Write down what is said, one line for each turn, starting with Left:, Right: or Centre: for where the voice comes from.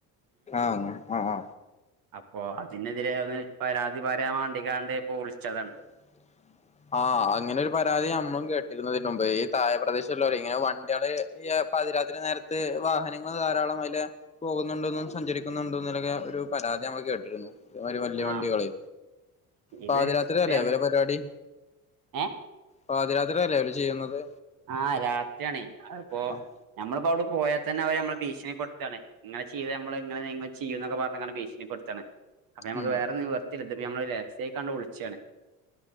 Left: ആഹ് ആഹാ
Right: അപ്പോ അതിനെതിരെ ഒന്ന് പരാതി പറരാൻ വാണ്ടികാണ്ട് പ്പോ വിളിച്ചതാണ്.
Left: <inaudible> ആഹ് അങ്ങനെ ഒരു പരാതി നമ്മളും കേട്ടിരുന്നു ഇതിന്റെ മുമ്പ് ഈ താഴേ പ്രദേശല്ലോല്ല് ഇങ്ങനെ വണ്ടിയള് ഈ പാതിരാത്രി നേരത്ത് വാഹനങ്ങള് ധാരാളം അയിലെ പോകുന്നുണ്ടോെന്നും സഞ്ചരിക്കുന്നുണ്ടോ എന്നൊക്കെ ഒരു പരാതി നമ്മള് കേട്ടിരുന്നു ഒരു വലിയ വണ്ടികള്
Right: ആഹ് ഇത്
Left: പാതിരാ
Right: ഇപ്പ
Left: അല്ലേ ഇവരെ പരിപാടി
Right: ഏഹ്
Left: പാതിരാത്രില്ലെ അവല് ചെയ്യുന്നത്.
Right: ആഹ് രാത്രിയാണേ അ അപ്പോ
Left: ആ
Right: ഞമ്മള്പ്പോ അവിടെ പോയാൽ തന്നെ അവര് നമ്മളെ ഭീഷണിപ്പെടുത്താണേ ഇങ്ങനെ ചെയ്ത് നമ്മള് ഇങ്ങനെ ചെയ്യുംനക്കെ പറഞ്ഞ് കാണ്ട് ഭീണിപ്പെടുത്താണ്. അപ്പം ഞമ്മക്ക്
Left: ഉം
Right: വേറെ നിവർത്തില്ല ഇത് ഇപ്പം നമ്മള് രഹസ്യായികാണ്ട് വിളിച്ചാണ്